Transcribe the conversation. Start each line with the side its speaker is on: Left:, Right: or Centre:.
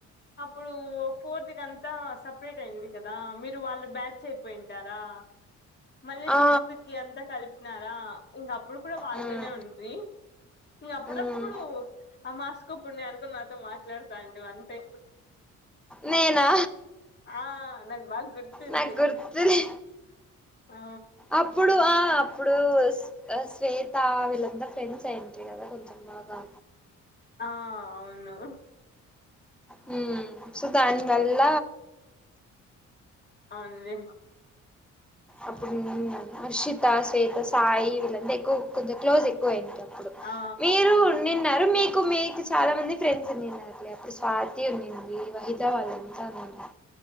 Left: అప్పుడు ఫోర్త్ కు అంతా సపరేట్ చలివిడి కదా మీరు వాళ్ళు బ్యాచ్ అయిపోయింటారా మళ్ళీ
Centre: ఆ
Left: సిక్స్త్ కి అంతా కలిపినారా ఇంకా అ ఇప్పుడు కూడా వాళ్ళతోనే
Centre: మ్మ్
Left: ఉంటుంది వుంట్రి ఇంగ అప్పుడప్పుడు
Centre: మ్మ్
Left: అమావాస్యకో పుణ్యానికో నాతో మాట్లాడతాంటివి అంతే
Centre: నేనా
Left: ఆ నాకు బాగా గుర్తుంది
Centre: నా గుర్తు లే
Left: ఆ
Centre: అప్పుడు ఆ అప్పుడు శ్వేత వీళ్ళంతా ఫ్రెండ్స్ అయింట్రీ కదా కొంచెం బాగా
Left: ఆ అవును
Centre: ము సో దాని వల్ల
Left: అవున్లే
Centre: అప్పుడు నేను అర్షిత, శ్వేత, సాయి వీళ్లంతా ఎక్కువ కొంచెం క్లోజు ఎక్కువ ఐంట ఇప్పుడు
Left: ఆ
Centre: మీరు నిన్నారు మీక్ కు మీకు చాలా మంది ఫ్రెండ్స్ ఉండినారు లే అప్పుడు స్వాతి ఉండింది వహితా వాళ్ళంతా ఉన్నా